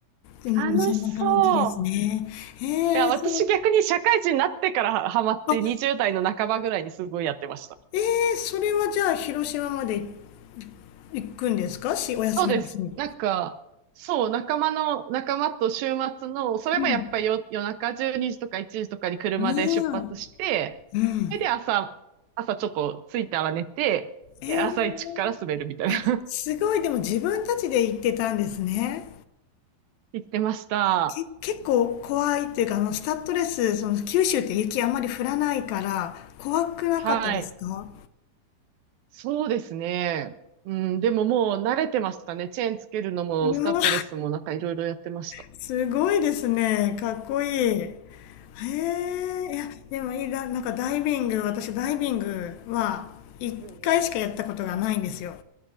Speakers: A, on the left; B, on the right.
A: うん、
B: 楽しそう。
A: そんな感じですね。
B: い
A: えー、
B: や、私逆に社会人になってからハマって20代の半ばぐらいにすごいやってました。
A: そう、あ、えー、それはじゃあ広島まで行くんですかし、お休みの日に。
B: そうです。なんか、そう、仲間の、仲間と週末の、それもやっぱり夜、
A: うん。
B: 夜中12時とか1時とかに車で出発して、
A: ああ、うん。
B: それで朝、朝ちょっと着いたら寝て、
A: えー、
B: で、朝一から滑るみたいな、
A: あ、すごい、でも自分たちで行ってたんですね。
B: <laughs> 行ってました。
A: け、結構怖いっていうか、あの、スタッドレス、その、九州って雪あんまり降らないから、怖くなかったですか
B: はい。そうですね。うん、でももう慣れてましたね。チェーンつけるのも、
A: うわ、
B: スタッドレスもなんかいろいろやってました。
A: <laughs> すごいですね。かっこいい。へえ、いや、でもいいな、なんかダイビング、私ダイビングは1回しかやったことがないんですよ。
B: うんうん。